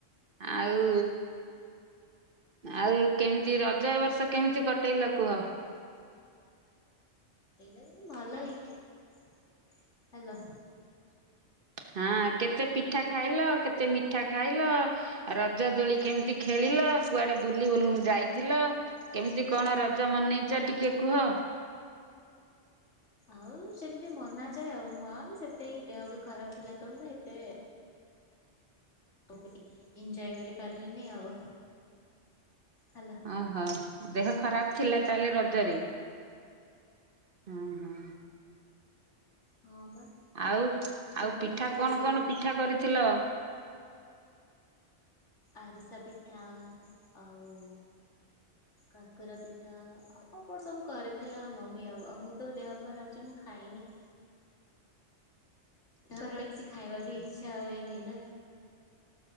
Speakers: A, on the right; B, on the left.
A: ଆଉ ଆଉ କେମିତି ରଜ ଏ ବର୍ଷ କେମିତି କଟେଇଲ କୁହ?
B: ଏଇଲାଗୁ ଭଲ ହେଇଚି। ହାଲୋ।
A: ହଁ କେତେ ପିଠା ଖାଇଲ? କେତେ ମିଠା ଖାଇଲ? ରଜ ଦୋଳି କେମିତି ଖେଳିଲ? କୁଆଡେ ବୁଲି ବୁନୁ ଯାଇଥିଲ? କେମିତି କଣ ରଜ ମନେଇଚ ଟିକିଏ କୁହ?
B: ଆଉ ସେମିତି ମନା ଯାଏ। ମାମ୍ ସେଥିପାଇଁ ଦେହ ବି ଖରାପ ଥିଲା ତ ମୁଁ ସେତେ କୋଭିଡି ଏଞଜୟ କରିପାରିଲେନି ଆଉ। ହେଲା
A: ଓହୋ ଦେହ ଖରାପ ଥିଲା ତାହେଲେ ରଜରେ?
B: ହଁ
A: ହଁ ହଁ।
B: ହଁ ବା।
A: ଆଉ
B: ସେ
A: ଆଉ
B: ରଜ
A: ପିଠା
B: ସରୁ
A: କଣ
B: ସରୁ
A: କଣ ପିଠା କରିଥିଲ?
B: ଆରିସା ପିଠା ଆଉ କାକେରା ପିଠା ଆଉ କଣ କଣ ସବୁ କରିଥିଲା ମମି ଆଉ। ଆଉ ମୁଁ ତ ଦେହ ଖରାପ୍ ଯେ ମୁଁ ଖାଇନି।
A: <inaudible>
B: ଦେହ ହେଲାବେଳେ କିଛି ଖାଇବା ବି ଇଚ୍ଛା ହୁଏନି। ନା?